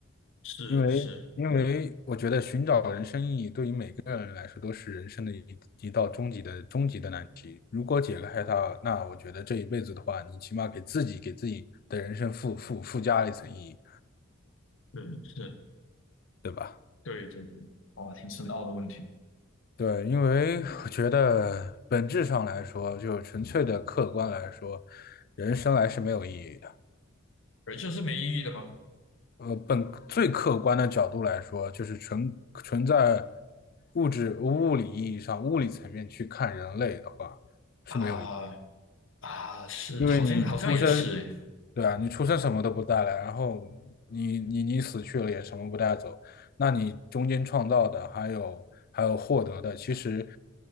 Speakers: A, on the left; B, on the left.
A: 是是
B: 因为因为我觉得寻找人生意义对于每个人来说都是人生的一一道终极的终极的难题。如果解开它，那我觉得这一辈子的话，你起码给自己给自己的人生附附附加了一层意义，
A: 是是，
B: 对吧？
A: 对对对，哇，挺深奥的问题。
B: 对，因为我觉得本质上来说，就纯粹的客观来说，人生来是没有意义的。
A: 人生是没意义的吗？
B: 呃，本最客观的角度来说，就是纯纯在物质物理意义上、物理层面去看人类的话，是没有意义。
A: 啊啊，是，
B: 因为你出生，
A: 好像好像也是欸。
B: 对啊，你出生什么都不带来，然后你你你死去了也什么不带走，那你中间创造的还有还有获得的，其实